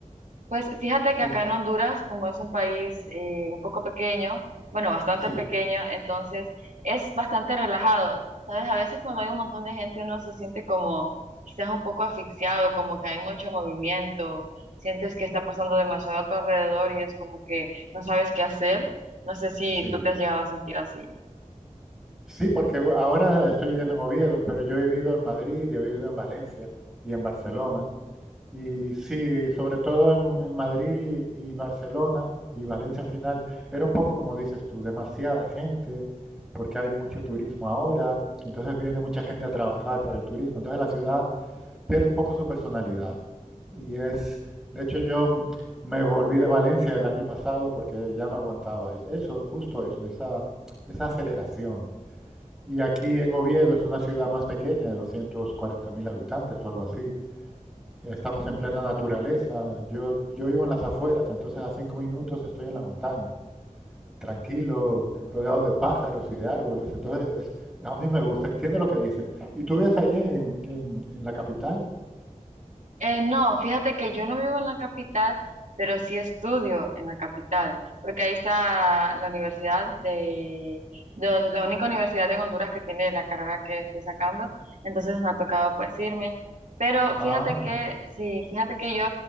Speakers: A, on the right; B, in the centre.
A: Pues fíjate que
B: Sí,
A: acá en Honduras, como es un país eh, un poco pequeño, bueno, bastante
B: sí,
A: pequeño, entonces es bastante relajado. ¿Sabes? A veces cuando hay un montón de gente uno se siente como quizás un poco asfixiado, como que hay mucho movimiento, sientes que está pasando demasiado a tu alrededor y es como que no sabes qué hacer. No sé si
B: sí.
A: tú te has llegado a sentir así.
B: Sí, porque ahora estoy viviendo en Oviedo, pero yo he vivido en Madrid y he vivido en Valencia y en Barcelona. Y sí, sobre todo en, en Madrid y Barcelona y Valencia al final, era un poco como dices tú, demasiada gente, porque hay mucho turismo ahora, entonces viene mucha gente a trabajar para el turismo, entonces la ciudad pierde un poco su personalidad. Y es, de hecho yo m- me volví de Valencia el año pasado porque ya no aguantaba es- eso, justo eso, esa, esa aceleración. Y aquí en Oviedo es una ciudad más pequeña, de 240.000 habitantes o algo así. Estamos en plena naturaleza. Yo, yo vivo en las afueras, entonces a cinco minutos estoy en la montaña, tranquilo, rodeado de pájaros y de árboles. Entonces, es- a mí me gusta, entiendo lo que dices. ¿Y tú vives allí en, en- en la capital?
A: Eh, no, fíjate que yo no vivo en la capital, pero sí estudio en la capital, porque ahí está la universidad de, de hon- la única universidad en Honduras que tiene la carrera que estoy sacando, entonces me ha tocado pues irme. Pero
B: Ah,
A: fíjate que, sí, fíjate que yo,